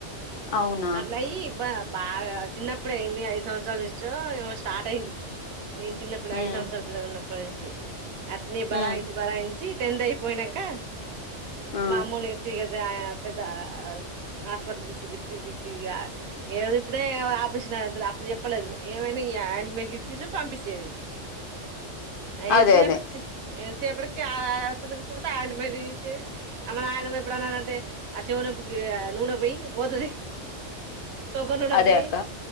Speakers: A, on the left; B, on the right.
A: అవునా
B: అట్లయి బా బాగా చిన్నప్పుడే ఎన్ని ఏ సంవత్సరాల నుంచో ఏమో స్టార్ట్ అయింది నేను చిన్నప్పుడు
A: ఉమ్
B: ఐదు సంవత్సరాల పిల్లనున్నప్పు పడేసి అట్నే భరాయించి
A: ఉమ్
B: భరాయించి టెన్త్ అయిపోయినాక
A: ఆ
B: మామూలుగా తీగదాయా పెద్ద హాస్పిటల్ గిట్ల తిప్పి తి ఇగా ఏడ తిప్పిన ఏ ఆపరేషన్ అయితది అప్ అప్పుడు చెప్పలేదు ఏమైనా ఈ ఆయింట్మెంట్లు ఇచ్చిరు పంపించేది ఆ ఎంత
A: అదే
B: సేపు
A: అదే
B: ఎంత చెప్పటికి ఆ ఆ హాస్పిటల్ తీసుకపోతే ఆయింట్మెంట్ ఇచ్చేది మా నయనమ్మ ఇప్పుడు అన్నానంటే ఆ చెవు నొప్పికి నూనె పోయి పోతది తబనుడ
A: అదే
B: పోయి
A: అక్క